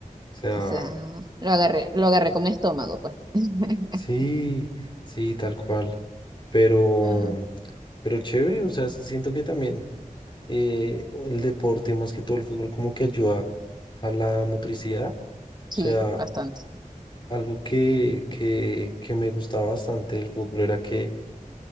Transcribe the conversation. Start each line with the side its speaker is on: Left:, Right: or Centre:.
Left: sea,
Right: O sea, lo agarré, lo agarré con mi estómago, pues. <laughs>
Left: sí, sí, tal cual. Pero,
Right: Ah,
Left: pero chévere, o sea, siento que también eh, el deporte, más que todo el fútbol, como que ayuda a la motricidad.
Right: sí,
Left: O sea,
Right: bastante.
Left: algo que, que, que me gustaba bastante del fútbol era que,